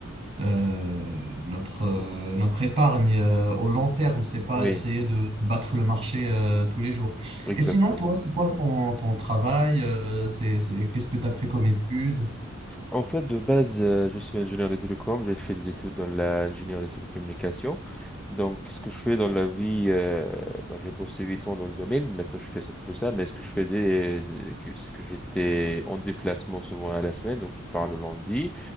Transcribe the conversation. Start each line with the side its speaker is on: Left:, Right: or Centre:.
Right: Euh, notre, euh, notre épargne euh, au long terme, c'est pas
Centre: oui,
Right: essayer de battre le marché euh, tous les jours.
Centre: exactement.
Right: Et sinon, toi, c'est quoi ton, ton travail? euh, c'est, c'est, qu'est-ce que tu as fait comme études?
Centre: En fait, de base, euh, je suis ingénieur de télécom. J'ai fait des études dans l'ingénieur de télécommunications. Donc, ce que je fais dans la vie, euh, bon, j'ai bossé huit ans dans le domaine. Maintenant, je fais plus ça. Mais ce que je faisais, euh, que- c'est que j'étais en déplacement souvent à la semaine. Donc, je pars le lundi.